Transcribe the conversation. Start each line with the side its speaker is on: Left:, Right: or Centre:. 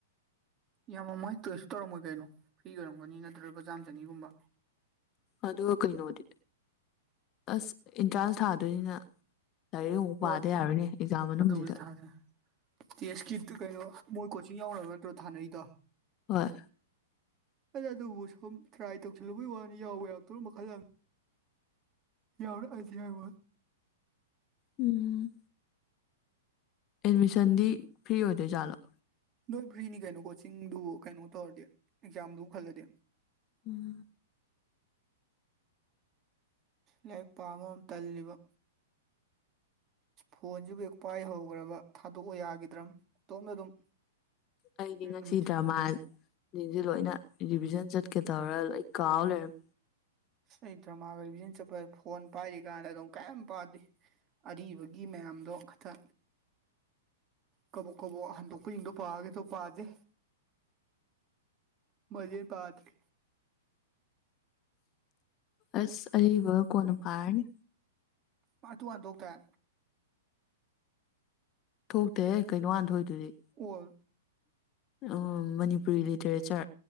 Right: ꯌꯥꯝ ꯃꯃꯣꯏ ꯇꯣꯏꯦꯁꯨ ꯇꯧꯔꯝꯃꯣꯏ ꯀꯩꯅꯣ ꯐ꯭ꯔꯤ ꯑꯣꯏꯔꯝꯒꯅꯤ ꯅꯠꯇ꯭ꯔ ꯂꯨꯄ ꯆꯥꯝ ꯆꯅꯤꯒꯨꯝꯕ
Left: ꯑ ꯀꯩꯅꯣꯗꯤ ꯑꯁ ꯏꯟꯇ꯭ꯔꯥꯟ ꯊꯥꯗꯣꯏꯅꯤꯅ ꯂꯥꯏꯔꯤꯛ ꯍꯕ
Right: ꯍꯣꯏ
Left: ꯄꯥꯗ ꯌꯥꯔꯣꯏꯅꯦ ꯑꯦꯛꯖꯥꯝ ꯃꯅꯨꯡꯁꯤꯗ
Right: ꯑꯗꯨꯕꯨꯗꯤ ꯊꯥꯗꯦ ꯇꯦꯁꯀꯤ ꯀꯩꯅꯣ ꯃꯣꯏ ꯀꯣꯆꯤꯡ ꯌꯥꯎꯅꯕ ꯅꯠꯇ꯭ꯔꯣ ꯊꯥꯅꯔꯤꯗꯣ
Left: ꯍꯣꯏ
Right: ꯑꯗ ꯑꯗꯨꯕꯨ ꯁꯨꯝ ꯇ꯭ꯔꯥꯏ ꯇꯧꯁꯤꯜꯂꯨꯕꯒꯤ ꯋꯥꯅꯤ ꯌꯥꯎꯋ ꯌꯥꯎꯛꯇ ꯃꯈꯜ ꯌꯥꯎꯔꯛꯑꯁꯦ ꯍꯥꯢꯋ
Left: ꯎꯝ ꯑꯦꯠꯃꯤꯁꯟꯗꯤ ꯐ꯭ꯔꯤ ꯑꯣꯏꯗꯣꯏ ꯖꯥꯠꯂꯣ
Right: ꯅꯣꯏ ꯐ꯭ꯔꯤꯅꯤ ꯀꯩꯅꯣ ꯀꯣꯆꯤꯡꯗꯨꯕꯨ ꯀꯩꯅꯣ ꯇꯧꯔꯗꯤ ꯑꯦꯛꯖꯥꯝꯗꯨꯕꯨ ꯈꯜꯂꯗꯤ
Left: ꯎꯝ
Right: ꯂꯥꯏꯔꯤꯛ ꯄꯥꯝꯕꯝ ꯇꯜꯂꯤꯕ ꯐꯣꯟꯁꯤꯕꯨ ꯍꯦꯛ ꯄꯥꯏꯍꯧꯈꯒꯔꯕ ꯊꯥꯗꯣꯛꯑꯣ ꯌꯥꯈꯤꯗ꯭ꯔꯥ ꯢꯇꯣꯝꯇ ꯑꯗꯨꯝ
Left: ꯑꯩꯗꯤ ꯉꯁꯤ
Right: ꯅꯨꯃꯤꯠ
Left: ꯗ꯭ꯔꯃꯥ ꯁꯤꯡꯁꯦ ꯂꯣꯏꯅ ꯔꯤꯚꯤꯖꯟ ꯆꯠꯀꯦ ꯇꯧꯔꯦ ꯂꯣꯏ ꯀꯥꯎ ꯂꯩꯔꯝ
Right: ꯑꯩ ꯗ꯭ꯔꯃꯥꯒ ꯔꯤꯚꯤꯖꯟ ꯆꯠꯄ ꯐꯣꯟ ꯄꯥꯏꯔꯤꯀꯥꯟꯗ ꯑꯗꯨꯝ ꯀꯩꯝ ꯄꯥꯗꯦ ꯑꯔꯤꯕꯒꯤ ꯃꯌꯥꯝꯗꯣ ꯈꯊ ꯀꯕꯣꯛ ꯀꯕꯣꯛ ꯍꯟꯗꯣꯛꯄꯖꯤꯡꯗꯣ ꯄꯥꯒꯦ ꯇꯧ ꯄꯥꯗꯦ ꯑꯃꯗꯩ ꯍꯦꯟ ꯄꯥꯗ꯭ꯔꯤ
Left: ꯑꯁ ꯑꯔꯤꯕꯒ ꯀꯣꯟꯅ ꯄꯥꯔꯅꯤ
Right: ꯄꯥꯠ ꯋꯥꯟ ꯊꯣꯛꯇꯥꯏ
Left: ꯊꯣꯛꯇꯦꯍꯦ ꯀꯩꯅꯣ ꯍꯥꯟ ꯊꯣꯛꯏꯗꯨꯗꯤ
Right: all
Left: um Manipuri literature